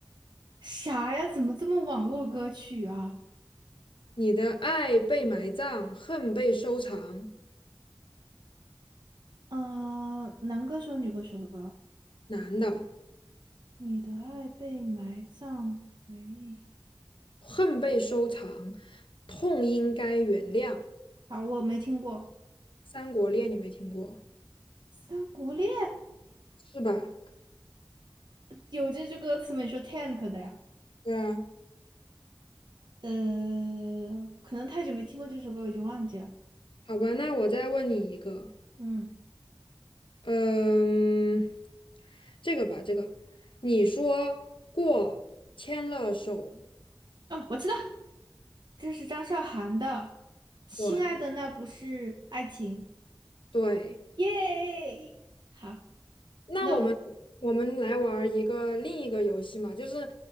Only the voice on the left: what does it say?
你的爱被埋葬，恨被收藏。
男的，
恨被收藏，痛应该原谅。
《三国恋》你没听过
是吧？
对啊，
好吧，那我再问你一个。
嗯，这个吧，这个，你说过牵了手，
对对，
那我们我们来玩儿一个另一个游戏嘛，
就是